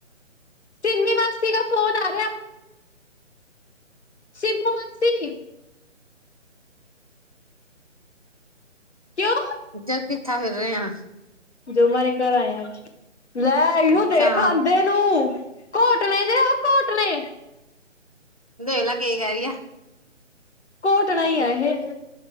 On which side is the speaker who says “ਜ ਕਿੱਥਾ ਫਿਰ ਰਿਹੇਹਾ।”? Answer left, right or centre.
Right